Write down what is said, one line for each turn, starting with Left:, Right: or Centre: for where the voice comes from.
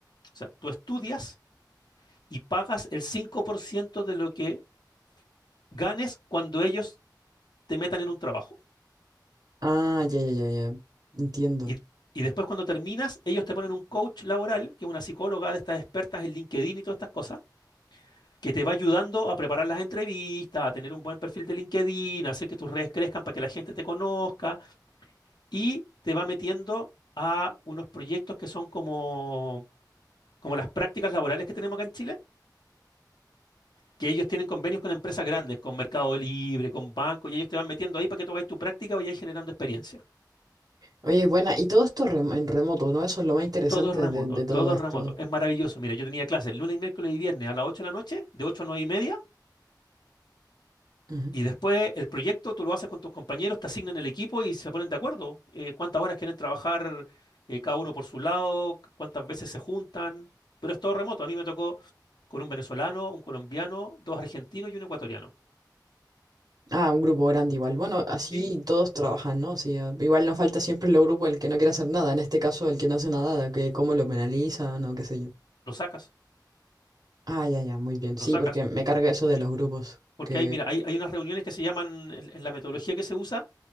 Left: o sea, tú estudias y pagas el 5% de lo que ganes cuando ellos te metan en un trabajo.
Right: Ah, ya, ya, ya, ya. Entiendo.
Left: Y, y después cuando terminas, ellos te ponen un coach laboral, que es una psicóloga de estas expertas en LinkedIn y todas estas cosas, que te va ayudando a preparar las entrevistas, a tener un buen perfil de LinkedIn, a hacer que tus redes crezcan para que la gente te conozca y te va metiendo a unos proyectos que son como, como las prácticas laborales que tenemos acá en Chile, que ellos tienen convenios con empresas grandes, con Mercado Libre, con bancos, y ellos te van metiendo ahí para que tú hagas tu práctica y vayas generando experiencia.
Right: Oye, buena, y todo esto rem- en remoto, ¿no? Eso es lo más interesante
Left: Todo es remoto,
Right: de, de
Left: todo
Right: todo esto.
Left: es remoto. Es maravilloso. Mira, yo tenía clases lunes, miércoles y viernes a las 8 de la noche, de 8 a 9 y media,
Right: Ujú.
Left: y después el proyecto tú lo haces con tus compañeros, te asignan el equipo y se ponen de acuerdo. eh, cuántas horas quieren trabajar eh, cada uno por su lado, cu- cuántas veces se juntan, pero es todo remoto. A mí me tocó con un venezolano, un colombiano, dos argentinos y un ecuatoriano.
Right: Ah, un grupo grande igual. Bueno, así
Left: Sí,
Right: todos trabajan, ¿no? Sí, ah, igual nos falta siempre el grupo el que no quiere hacer nada, en este caso el que no hace nada, que cómo lo penalizan o qué sé yo.
Left: lo sacas,
Right: Ah, ya, ya, muy bien.
Left: lo
Right: Sí,
Left: sacas.
Right: porque me carga eso de
Left: sí.
Right: los grupos,
Left: Porque
Right: que
Left: hay, mira, hay, hay unas reuniones que se llaman, en, en la metodología que se usa,